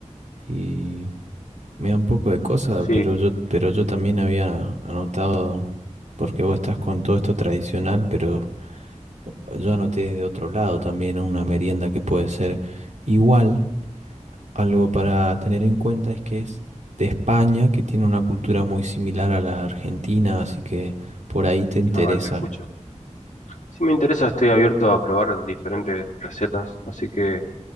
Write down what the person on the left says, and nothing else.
Sí,
a ver, te escucho. Si me interesa, estoy abierto a probar diferentes recetas, así que